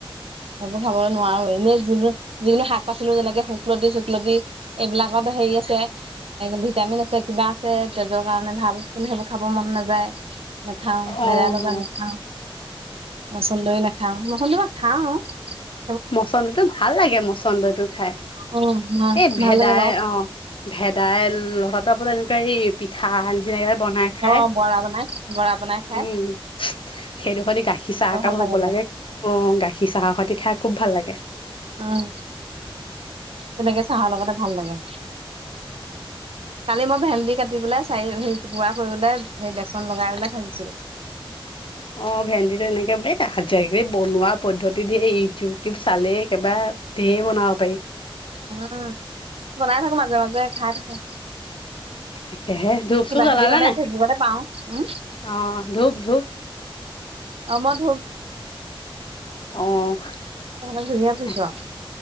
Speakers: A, on the right; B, on the left.
A: সেইবোৰ খাবলৈ নোৱাৰো। এনে যি যিকোনো শাক পাচলি যেনেকে শুকলতি লতি এইবিলাকত হেৰি আছে, ভিটামিন আছে, কিবা আছে তেজৰ কাৰণে ভাল খিনি সেইবোৰ খাব মন নাযায় নাখাও
B: অ'।
A: ভেদাইলতা নাখাও মচন্দৰি নাখাও মচন্দৰ খাম ও।
B: মচন্দতটো ভাল লাগে, মচন্দইটো খায়।
A: অ
B: এই ভেদাই
A: ভাল লাগে বাৰু
B: অ ভেদাইলতাটো আপোনাৰ এনেকুৱা এই পিঠা নিচিনাকে বনাই খায়,
A: অ বৰা বনাই বৰা বনাই খাই
B: উম। সেইটো সতি গাখীৰ চাহ একাপ
A: ভাল
B: হ'ব
A: বাৰু
B: লাগে। অ, গাখীৰ চাহৰ সৈতে খাই খুব ভাল লাগে।
A: উম, তেনেকে চাহৰ লগতে ভাল লাগে।
B: <inaudible>
A: কালি মই ভেন্দি কাটি পেলাই চাৰি হেই গুড়া কৰি পেলাই সেই বেচন লগাই পেলাই ভাজিছিলো।
B: <inaudible> অ, ভেন্দি তেনেকে এ <unintelligible> বনোৱা পদ্ধতি ধেই, ইউটিউব চালেই একেবাএ ধেৰ বনাব পাৰি।
A: উম বনাই থাকো মাজে মাজে, খাই থাকো।
B: তাকেহে ধূপ
A: কিবা
B: চুপ জ্বলালে
A: কিবি তামানে
B: নাই?
A: ফেচবুকতে পাও। উম।
B: অ ধূপ-ধূপ
A: আমত
B: অ তাকে,
A: সেইকাৰণে ঘূৰিহে ফুৰিছো